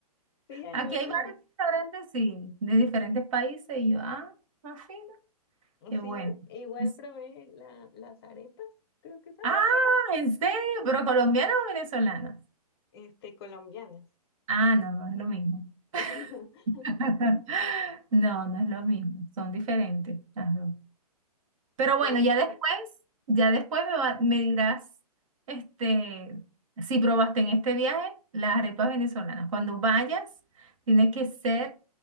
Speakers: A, on the left; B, on the right.
A: Sí, hay
B: Aquí
A: muchos,
B: hay varios restaurantes, sí, de diferentes países. Y yo, ah, más fino, qué
A: Sí,
B: bueno.
A: igual
B: Es-
A: probé la- las arepas, creo que son,
B: ah, ¿en serio? ¿Pero colombianos o venezolanas?
A: este, colombianas.
B: Ah, no, no es lo mismo.
A: <laughs>
B: <laughs> No, no es lo mismo. Son diferentes las dos. Pero
A: Cuál-
B: bueno, ya después, ya después me, va- me dirás, este, si probaste en este viaje las arepas venezolanas. Cuando vayas, tiene que ser